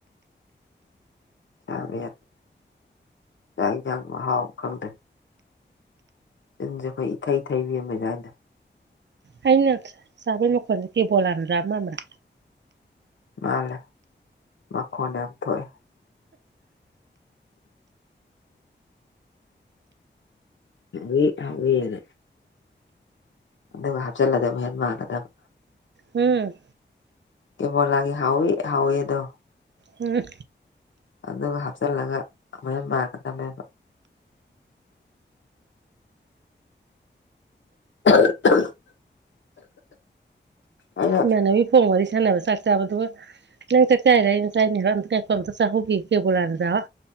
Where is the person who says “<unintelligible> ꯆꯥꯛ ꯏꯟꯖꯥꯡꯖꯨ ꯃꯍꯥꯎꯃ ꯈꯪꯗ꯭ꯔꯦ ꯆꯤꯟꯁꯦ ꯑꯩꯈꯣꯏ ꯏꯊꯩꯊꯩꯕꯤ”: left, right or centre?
Left